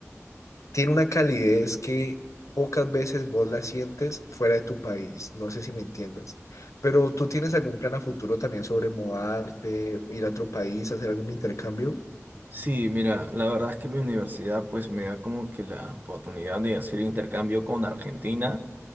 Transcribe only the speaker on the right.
Sí, mira, la verdad es que mi universidad pues me da como que la oportunidad de hacer intercambio con Argentina